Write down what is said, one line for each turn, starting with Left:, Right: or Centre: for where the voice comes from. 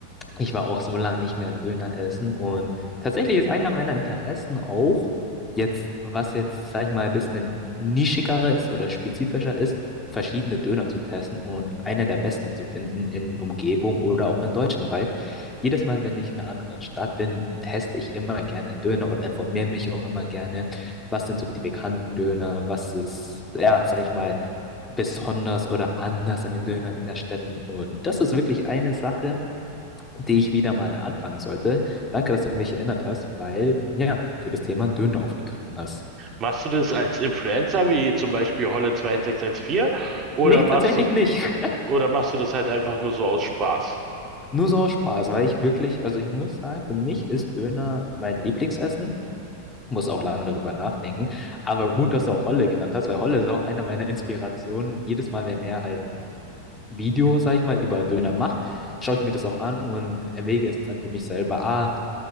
Left: Ich war auch so lange nicht mehr einen Döner essen und tatsächlich ist einer meiner Interessen auch jetzt, was jetzt, sag ich mal, ein bisschen nischiger ist oder spezifischer ist, verschiedene Döner zu testen und einer der besten zu finden in Umgebung oder auch in Deutschland weit. Jedes Mal, wenn ich in einer anderen Stadt bin, teste ich immer gerne einen Döner oder informiere mich auch immer gerne, was sind so die bekannten Döner, was ist, ja, sag ich mal, besonders oder anders an den Döner in der Städten und das ist wirklich eine Sache die ich wieder mal anfangen sollte. Danke, dass du mich erinnert hast, weil, ja, du das Thema Döner aufgegriffen hast.
Right: Machst du das als Influencer, wie zum Beispiel Holle 2614, oder
Left: Nee,
Right: machst
Left: tatsächlich
Right: du,
Left: nicht. <laughs>
Right: oder machst du das halt einfach nur so aus Spaß?
Left: Nur so aus Spaß, weil ich wirklich, also ich muss sagen, für mich ist Döner mein Lieblingsessen. Muss auch lange darüber nachdenken. Aber gut, dass du auch Holle genannt hast, weil Holle ist auch einer meiner Inspirationen. Jedes Mal, wenn er halt ein Video, sag ich mal, über Döner macht, schaue ich mir das auch an und erwäge es dann für mich selber. Ah,